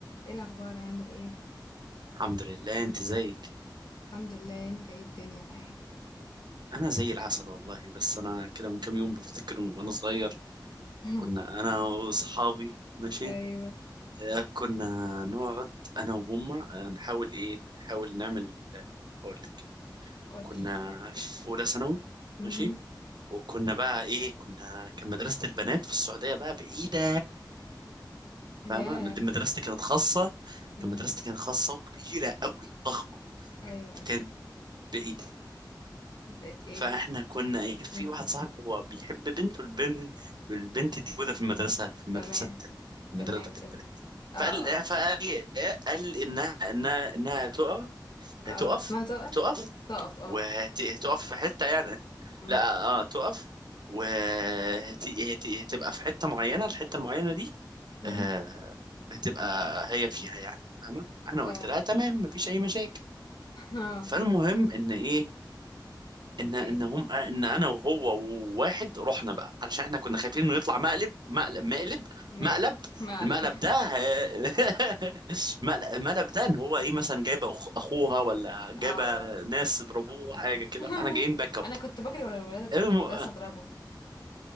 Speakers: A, on the left; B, on the right.
A: ايه الاخبار عامل ايه
B: الحمد لله انت زيك
A: الحمد لله انت ايه الدنيا معاك
B: انا زي العسل والله بس انا كده من كام يوم بفتكر وانا صغير
A: <laughs>
B: كنا انا واصحابي ماشي
A: ايوه
B: آه، كنا نقعد انا وهم آه، نحاول ايه نحاول نعمل آه، اقول لك
A: قولي
B: كنا في اولى ثانوي
A: امم
B: ماشي وكنا بقى ايه كنا كان مدرسة البنات في السعودية بقى بعيدة
A: يا
B: فاهمة من- مدرستي كانت خاصة
A: امم
B: كان مدرستي كانت خاصة وكبيرة قوي ضخمة
A: ايوه
B: فكانت
A: ايوه
B: بعيدة
A: بقت ايه
B: فاحنا كنا ايه في
A: امم
B: واحد صاحبي هو بيحب بنت والبنت والبنت دي موجوده في المدرسه في المدرسه
A: تمام
B: التانية في المدرسه
A: تمام
B: بتاعت
A: تمام
B: البلد
A: اه
B: فقال
A: اه
B: فقال إيه؟ قال انها انها انها تقع
A: آه.
B: هتقف
A: اسمها تقف
B: هتقف
A: تقف اه
B: وهتقف في حته يعني
A: امم
B: لا اه تقف وهتبقى في حته معينه الحته المعينه دي
A: امم
B: آه، هتبقى هي فيها يعني فاهمه انا
A: اه
B: قلت لها تمام مفيش اي مشاكل
A: <laughs> اه
B: فالمهم ان ايه ان
A: ايه
B: ان هم ان انا وهو وواحد رحنا بقى علشان احنا كنا خايفين انه يطلع مقلب مقلب مقلب
A: مقلب
B: مقلب
A: معلم
B: المقلب
A: <laughs>
B: ده المقلب <laughs> المقلب ده ان هو ايه مثلا جايبه أخ... اخوها ولا جايبه
A: اه آه.
B: ناس يضربوه حاجه كده
A: <laughs>
B: فاحنا جايين باك اب
A: انا كنت بجري ورا الولاد
B: الم...
A: في المدرسه اضربهم